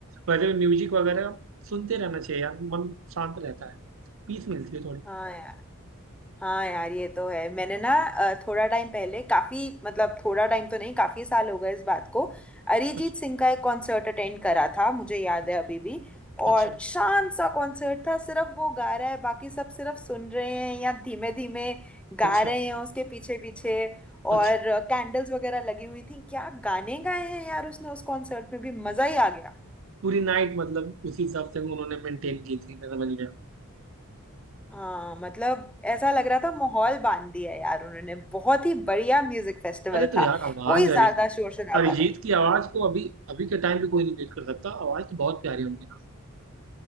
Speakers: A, on the right; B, in the centre.
A: वैसे भी म्यूजिक वगैरह सुनते रहना चाहिए यार मन शांत रहता है पीस मिलती है थोड़ी
B: हाँ हाँ यार ये तो है मैंने ना अ, थोड़ा टाइम पहले काफी मतलब थोड़ा टाइम तो नहीं काफी साल हो गए इस बात को अरिजीत
A: अच्छा
B: सिंह का एक कॉन्सर्ट अटेंड करा था मुझे याद
A: अच्छा
B: है अभी भी और
A: अच्छा
B: शांत सा कॉन्सर्ट था सिर्फ वो गा रहा है बाकी सब सिर्फ सुन रहे हैं या धीमे धीमे
A: अच्छा
B: गा रहे हैं उसके पीछे पीछे और
A: अच्छा
B: कैंडल्स वगैरह लगी हुई थी क्या गाने गाए हैं यार उसने उस कॉन्सर्ट में भी मजा ही आ गया
A: <laughs> पूरी नाइट मतलब उसी हिसाब से उन्होंने मेंटेन की थी मैं समझ गया
B: हाँ मतलब ऐसा लग रहा था माहौल बांध दिया है यार उन्होंने बहुत ही बढ़िया म्यूजिक फेस्टिवल
A: अरे तो
B: था
A: यार आवाज
B: कोई ज्यादा
A: अरिजीत
B: शोर शराबा
A: अरिजीत
B: नहीं
A: की आवाज को अभी अभी के टाइम पे कोई नहीं बीट कर सकता आवाज तो बहुत प्यारी होंगी ना